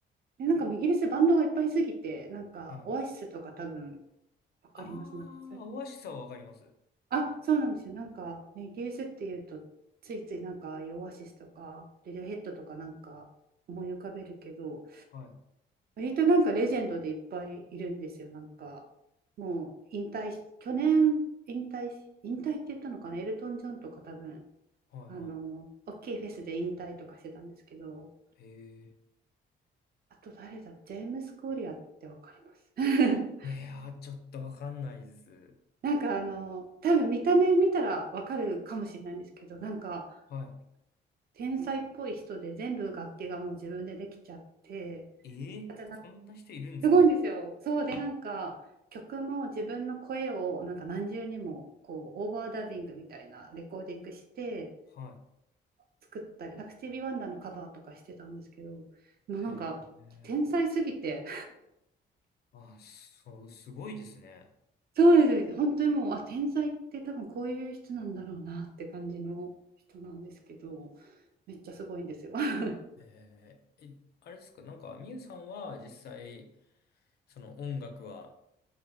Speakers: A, on the right; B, on the left.
A: えなんかイギリスバンドがいっぱいすぎて、なんかオアシスとか多分
B: はい。
A: わかります。
B: ああ、
A: なんか
B: オアシスはわかります。
A: あ、そうなんですよ。なんか、ね、イギリスっていうと、ついついなんか、オアシスとか、レディオヘッドとかなんか思い浮かべるけど、
B: はい。
A: 割となんかレジェンドでいっぱいいるんですよ。なんか、もう引退し、去年引退し、引退って言ったのかな、エルトン・ジョンとか多分、
B: はいは
A: あの、大きいフェスで引退とかしてたんですけど、
B: い。へえ。
A: あと誰だ、ジェームス・コーリアってわかります。<laughs>
B: いやー、ちょっとわかんないです。
A: なんかあの、多分見た目見たらわかるかもしれないんですけど、なんか、
B: は
A: 天才っぽい人で全部楽器がもう自分でできちゃって
B: い。えー、
A: だってな
B: そんな人いるんですか
A: すごいんですよそうでなんか曲も自分の声をなんか何重にもこうオーバーダビングみたいなレコーディングして
B: は
A: 作ったりなんかスティービー・ワンダーのカバーとかしてたんですけどもうなんか天才すぎて
B: い。へえ。あそう、すごいですね。
A: <laughs> そうです本当にもうあ天才って多分こういう人なんだろうなって感じの人なんですけどめっちゃすごいんですよ。<laughs>
B: えー、え、あれですかなんか、みゆさんは実際、その音楽は